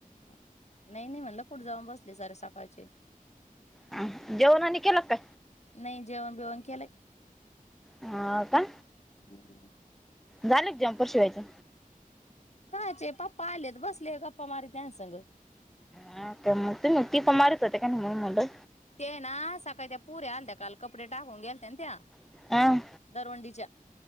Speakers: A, on the left; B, in the centre.
A: नाही नाही म्हटलं कुठे जाऊन बसले सरे सकाळचे
B: हम जेवणानी केला का
A: नाही जेवण बेवण केलं
B: हा हो का
A: हम्
B: झाले का झमपर शिवायचं
A: कायचे पप्पा आलेत बसलेत गप्पा मारी ह्याचसंग.
B: हा का मग ती मग टीपा मारत होते का म्हणून म्हणलं.
A: ते अ ना सकाळी त्या पोरी आलत्या काल कपडे टाकून गेलत्या ना त्या
B: म्हणलं
A: दरवंडीच्या